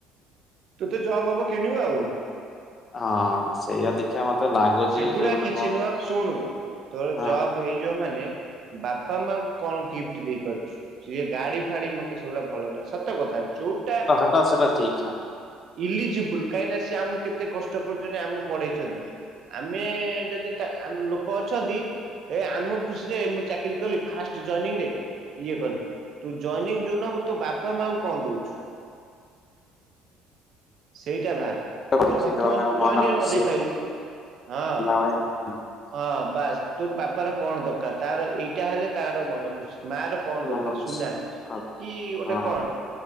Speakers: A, on the right; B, on the left.
A: ତୁ ତେ ଜବ୍ ହବ କିଣିବୁ ଆଉ।
B: ହଁ ସେଇଆ ଦେଖିବା ମତେ ଲାଗୁଛି
A: ସେଗୁଡା
B: ସେ ଗୋଟେ
A: କିଛି
B: କଣ
A: ନୁହଁ ଶୁଣୁ ତୋର
B: ହଁ
A: ଯବ। ହେଇଯ ମାନେ ବାପା ମା କୁ କଣ ଗିଫ୍ଟ ଦେଇ ପାରୁଛୁ। ସଇଏ ଗାଡି ଫାଡି ମତେ ସେଗୁଡା ଭଲ ନାହିଁ ସତ କଥା ଯୋଉଟା
B: ହଁ ସେଟା ଠିକ୍
A: ଇଲିଜିବୁଲ କାହିଁକି ନା ସେ ଆମକୁ କେତେ କଷ୍ଟ କରୁଛନ୍ତି ଆମକୁ ପଢେଇଛନ୍ତି। ଆମେ ଯଦି ଲୋକ ଅଛନ୍ତି ଏ ଆମ ଖୁସିରେ ମୁଁ ଚାକିରୀ କଲି ଫାଷ୍ଟ ଜଇନିଂ ରେ ଇଏ କଲି ତୁ ଜଏନିଂ ଯୋଉଦିନ ହବ ତୋ ବାପା ମା କୁ କଣ ଦଉଛୁ। ସେଇଟା ଭାବ
B: ହଁ ଦେଖିକି
A: ତ ପ୍ରଥମ
B: ଦେବା ତାଙ୍କ
A: ଯ
B: ମନ
A: ଜଇନ ନ
B: ଖୁସି
A: ଦେଇ ପାଇଲୁ। ହଁ
B: ହେଲା ଭଳିଆ
A: ହଁ ବାସ୍ ତୋ ପାପା। ବାପର କଣ ଦରକାର ତାର ଏଇଟା ହେଲେ ତାର ମନ ଖୁସି ମା ର କଣ
B: ମନ
A: ଦରକାର
B: ଖୁସି
A: ସୁନା
B: ହବ।
A: କି ଗୋଟେ
B: ହଁ
A: କଣ